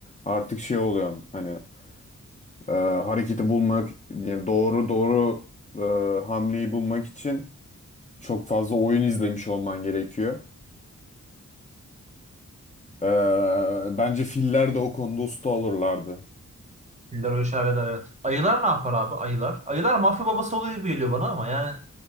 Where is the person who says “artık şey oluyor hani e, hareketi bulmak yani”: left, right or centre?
Left